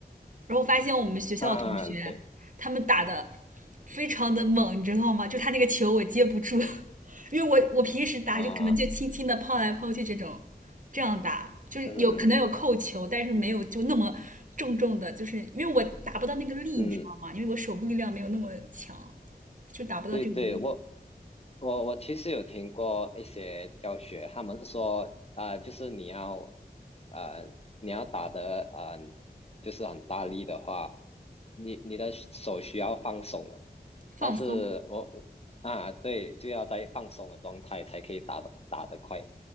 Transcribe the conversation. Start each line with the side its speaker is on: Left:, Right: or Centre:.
Right: 然后我发现我们学校的同学他们打的
Left: 啊，对，
Right: 非常的猛，你知道吗？就他那个球我接不住，<laughs> 因为我我平时打就可能就轻轻的抛来抛去这种，
Left: 啊，
Right: 这样打就是有可能有扣球，
Left: 嗯嗯嗯。
Right: 但是没有就那么重重的，就是因为我打不到那个力，
Left: 嗯
Right: 你知道吗？因为我手部力量没有那么强，就达不到这种力
Left: 对对，我我我其实有听过一些教学，他们说啊、呃就是你要呃，你要打的呃，就是很大力的话，你你的手需要放松啊。
Right: 放松。
Left: 但是我我啊，对，就要在放松的状态才可以打的打的快，